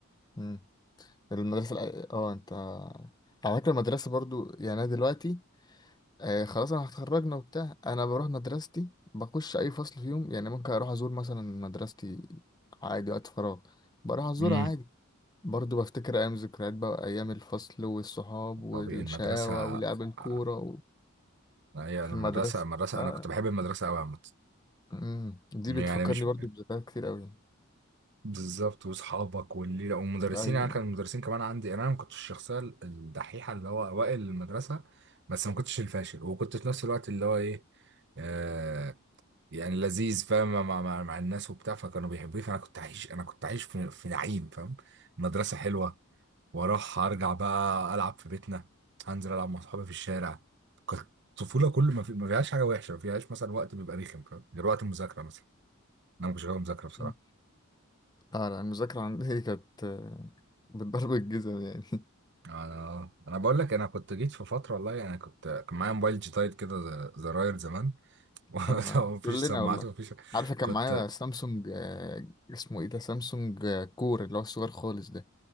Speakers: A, on the left; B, on the right.
A: مم. المدرسة الأ- اه انت على فكرة المدرسة برضو يعني انا دلوقتي آه خلاص انا هتخرجنا وبتاع انا بروح مدرستي بخش اي فصل فيهم يعني ممكن اروح ازور مثلا مدرستي عادي وقت فراغ بروح ازورها
B: امم
A: عادي برضو بفتكر ايام ذكريات بقى ايام الفصل والصحاب والشقاوة
B: طبيعي المدرسة
A: ولعب الكورة
B: آه،
A: و...
B: هي
A: في
B: أنا
A: المدرسة
B: المدرسة المدرسة
A: اه
B: أنا كنت بحب المدرسة أوي عامة
A: امم دي
B: يعني
A: بتفكرني
B: مش
A: برضو بذكريات كتير قوي
B: بالظبط وأصحابك والليلة والمدرسين
A: ايوه
B: يعني كان المدرسين كمان عندي يعني أنا ما كنتش الشخصية الدحيحة اللي هو أوائل المدرسة بس ما كنتش الفاشل وكنت في نفس الوقت اللي هو إيه آه يعني لذيذ فاهم مع, مع, مع الناس وبتاع فكانوا بيحبوني فأنا كنت عايش أنا كنت عايش في, في نعيم فاهم المدرسة حلوة واروح ارجع بقى العب في بيتنا هنزل العب مع صحابي في الشارع كانت الطفوله كل ما, في... ما فيهاش حاجه وحشه ما فيهاش مثلا وقت بيبقى رخم فاهم؟ غير وقت المذاكره مثلا انا ما كنتش غاوي مذاكره بصراحه
A: مم. اه لا المذاكرة عندي <laughs> كانت آه، بالضرب الجزم يعني
B: انا انا بقول لك انا كنت جيت في فتره والله يعني كنت كان معايا موبايل جيتايد كده ز- زراير زمان <laughs>
A: اه
B: ومفيش
A: كلنا
B: سماعات
A: والله
B: ومفيش
A: عارفه كان
B: كنت
A: معايا سامسونج آه، اسمه ايه ده سامسونج آه، كور اللي هو الصغير خالص ده